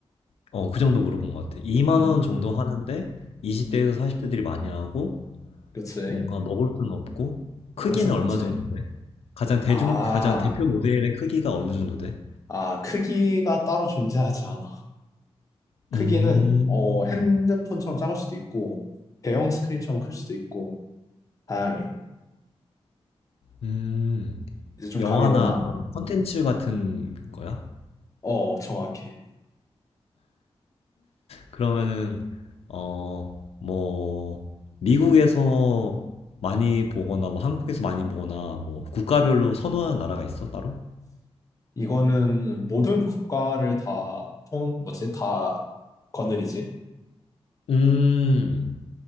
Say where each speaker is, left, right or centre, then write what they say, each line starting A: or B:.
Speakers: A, on the left (about 75°); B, on the left (about 35°).
A: 어, 그 정도 물어본 것 같아. 2만
B: 음,
A: 원 정도 하는데 20대에서 40대들이 많이 하고
B: 그치.
A: 뭔가 먹을 수는 없고 크기는
B: 먹을 순
A: 얼마
B: 없지.
A: 정도 돼? 가장 대중,
B: 아.
A: 가장 대표 모델의 크기가 어느 정도 돼?
B: 아, 크기가 따로 존재하지 않아. 크기는
A: 음,
B: 어, 핸드폰처럼 작을 수도 있고 대형 스크린처럼 클 수도 있고 다양해.
A: 음,
B: 이제 좀
A: 영화나
B: 감이 오나?
A: 그런 콘텐츠 같은 거야?
B: 어, 정확해.
A: 그러면은, 어, 뭐, 미국에서 많이 보거나, 뭐, 한국에서 많이 보거나, 뭐, 국가별로 선호하는 나라가 있어, 따로?
B: 이거는 모든 국가를 다 통, 뭐지? 다 거느리지.
A: 음,